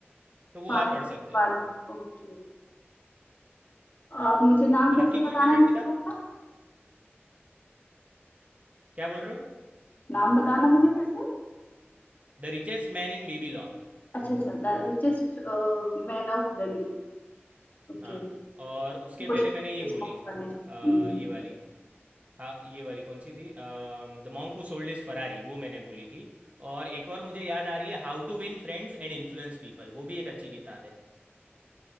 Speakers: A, on the right; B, on the left.
A: तो वो
B: फाइनेंस
A: आप पढ़ सकते
B: बारे
A: हो
B: में ओके आप मुझे नाम फिर
A: आपकी
B: से
A: कोई
B: बताना
A: फेवरेट
B: किसी
A: किताब
B: बुक का
A: क्या बोल रहे हो
B: नाम बताना मुझे फिर से
A: The richest man in Babylon
B: अच्छा अच्छा the richest man of Babylon Okay
A: हाँ और उसके
B: कोशिश
A: पहले मैंने
B: करती
A: ये
B: हूँ
A: बोली
B: इस book को पढ़ने की
A: अ,
B: हम्म,
A: ये वाली हाँ ये वाली कौन सी थी the monk who sold is Ferrari वो मैंने बोली थी और एक और मुझे याद आ रही है how to win friends and influence people वो भी एक अच्छी किताब है